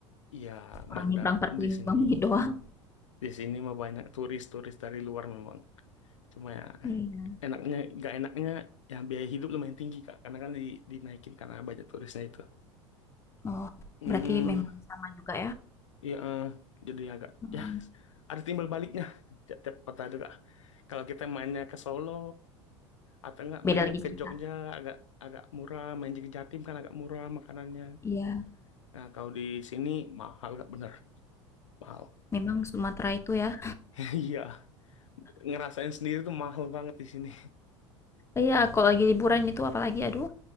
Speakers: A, on the left; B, on the left.
A: Iya,
B: Orang
A: bandar
B: nyebrang 45
A: di sini.
B: menit doang.
A: Di sini mah banyak turis-turis dari luar memang. Cuma ya
B: Iya.
A: enaknya, gak enaknya ya biaya hidup lumayan tinggi Kak. Karena kan di, dinaikin karena banyak turisnya itu.
B: Oh,
A: Hmm,
B: berarti memang sama juga ya.
A: iya, eh, jadi agak
B: Hmm,
A: ya ada timbal baliknya tiap, tiap kota itu Kak. Kalau kita mainnya ke Solo atau enggak
B: Beda
A: mainnya
B: lagi
A: ke
B: cerita.
A: Jogja agak agak murah, main ke Jatim kan agak murah makanannya.
B: Iya,
A: Nah, kalau di sini mahal Kak, bener. Mahal.
B: memang Sumatera itu ya.
A: <laughs> Iya. ngerasain sendiri tuh mahal banget di sini.
B: Iya, kalau lagi liburan itu apalagi aduh,